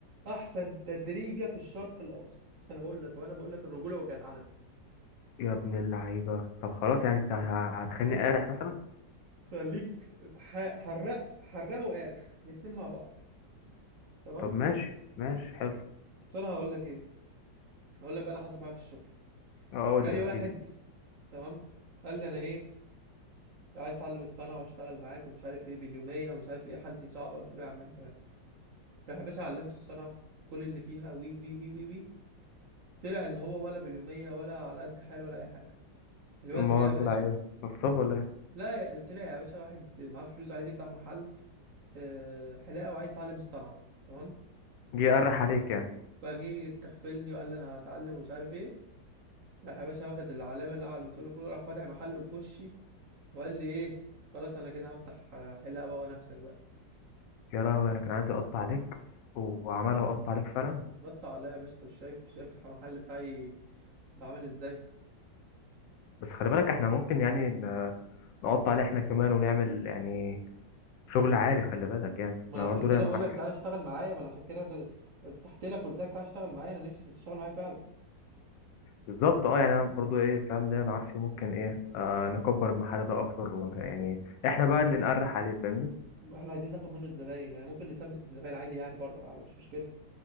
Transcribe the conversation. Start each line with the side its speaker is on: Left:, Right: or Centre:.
Right: احسن تدريجه في الشرق الاوسط انا بقول لك وانا بقول لك الرجوله والجدعنه
Left: يا ابن اللعيبه طب خلاص يعني انت ه- هتخليني قارح مثلا
Right: خليك ح- حراق حراق وقارح الاتنين مع بعض تمام
Left: طب ماشي ماشي حلو
Right: فانا هقول لك ايه هقول لك بقى اللي حصل معايا في الشغل
Left: اه قول
Right: جالي
Left: لي احكي
Right: واحد
Left: لي
Right: تمام قال لي انا ايه عايز اتعلم الصنعه واشتغل معاك ومش عارف ايه باليوميه ومش عارف ايه حالتي صعبه قلت له يا عم إيه، تمام راح يا باشا علمته الصنعه كل اللي فيها وي وي وي وي وي طلع ان هو ولا باليوميه ولا على قد حاله ولا اي حاجه الواد
Left: امال
Right: ايه يا باشا
Left: طلع ايه نصاب ولا ايه
Right: لا يا طلع يا باشا واحد معاه فلوس عايز يفتح محل آه، حلاقه وعايز يتعلم الصنعه تمام
Left: جه يقرح عليك يعني
Right: فجه يستغفلني وقال لي انا هتعلم ومش عارف ايه راح يا باشا واخد العلامه اللي انا علمته له كله راح فاتح محل في وشي وقال لي ايه خلاص انا كده هفتح آه، حلاقه بقى ونفسك بقى
Left: يا لهوي انا كان عايز اقطع عليك وعملها وقطع عليك فعلا
Right: غطى عليا يا باشا انت مش شايف شايف المحل بتاعي بعمل ازاي
Left: بس خلي بالك احنا ممكن يعني ن- نقطع عليه احنا كمان ونعمل يعني شغل عالي خلي بالك يعني
Right: ما
Left: انا
Right: انا عشان
Left: برضه
Right: كده
Left: ليا معارف
Right: بقول لك تعالى اشتغل معايا ما انا عشان كده س- فتحت لك قلت لك تعالى اشتغل معايا انا نفسي تشتغل معايا فعلا
Left: بالظبط اه يعني انا برضه ايه فاهم ليا معارف فيه ممكن ايه آه نكبر المحل ده اكتر ون... يعني احنا بقى اللي نقرح عليه فاهمني
Right: احنا عايزين ناخد منه الزباين يعني ممكن نثبت الزباين عادي يعني بره مفيش مشكله